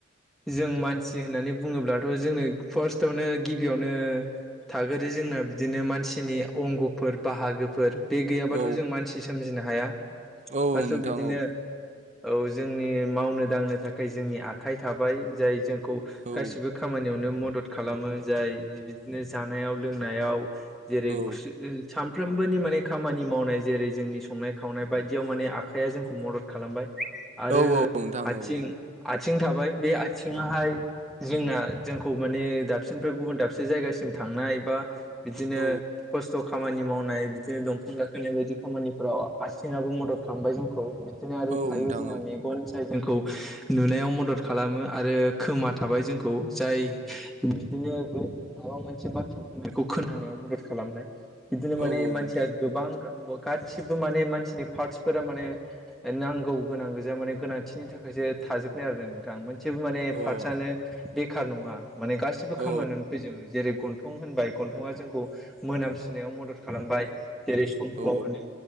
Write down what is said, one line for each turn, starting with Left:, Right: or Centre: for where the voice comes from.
Centre: जों मानसि होननानै बुङोब्लाथ' जोंनो फार्स्टआवनो गिबियावनो थागोरो जोंना बिदिनो मानसिनि अंगफोर बाहागोफोर बे गैयाबाथ'
Right: औ
Centre: जों मानसि सोमजिनो हाया
Right: औ
Centre: फार्स्टआव
Right: नोंथां
Centre: बिदिनो
Right: औ
Centre: औ जोंनि मावनो दांनो थाखाय जोंनि आखाइ थाबाय जाय जोंखौ
Right: औ
Centre: गासिबो खामानियावनो म दद खालामो जाय बिदिनो जानायाव लोंनायाव जेरै
Right: औ
Centre: खुसो ओ सानफ्रोमबोनि माने खामानि मावनाय जेरै जोंनि संनाय खावनाय बाय दियाव माने आखाइया जोंखौ मदद खालामबाय आरो
Right: औ औ नोंथां
Centre: आथिं
Right: औ
Centre: आथिं थाबाय बे आथिङाहाय जोंना जोंखौ माने दाबसेनिफ्राय गुबुन दाबसे जायगासिम था थांनाय बा बिदिनो
Right: औ
Centre: खस्थ' खामानि मावनाय बिदिनो दंफां गाखोनाय बायदि खामानिफोराव आथिंङाबो मदद खामबाय जोंखौ बिदि आरो
Right: औ
Centre: थायो
Right: नोंथां
Centre: जोंना
Right: औ
Centre: मेगन जोंखौ नुनायाव मदद खालामो आरो खोमा थाबाय जोंखौ जाय बिदिनो माबा मोनसे बाथ्रा बुंनायखौ खोनानायाव मदद खालामनाय बिदिनो
Right: औ
Centre: माने मानसिया
Right: नोंथां
Centre: गोबां गासिबो माने मानसिनि फार्टसफोरा माने नांगौ गोनां गोजा माने गोनांथिनि थाखायो थाजोबनाय आरो नोंथां मोनसे माने
Right: अ औ
Centre: फारतसानो बेखार नङा माने गासिबो खामानियावनो
Right: औ
Centre: फैजोबो जेरै गन गनथं होनबाय गन्थंआ जोंखौ मोनामसुनायाव मदद खालामबाय जेरै सम्फल
Right: औ
Centre: होनो